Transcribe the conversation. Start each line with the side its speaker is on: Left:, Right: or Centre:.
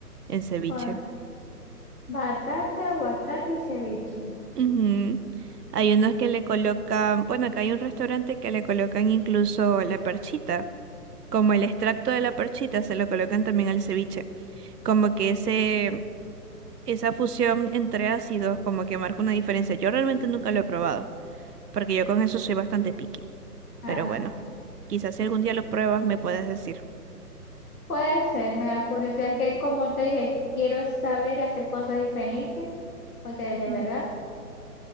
Right: en ceviche.
Left: joder, batata, aguacate y ceviche.
Right: Ujú. Hay unos que le colocan, bueno, acá hay un restaurante que le colocan incluso la perchita, como el extracto de la perchita se lo colocan también al ceviche, como que ese, esa fusión entre ácidos como que marca una diferencia. Yo realmente nunca lo he probado, porque yo con eso soy bastante picky,
Left: Ajá.
Right: pero bueno, quizás si algún día lo pruebas me puedes decir.
Left: Puede ser, me da curiosidad. Es que como te dije, quiero saber y hacer cosas diferentes, porque de
Right: Ujú.
Left: verdad,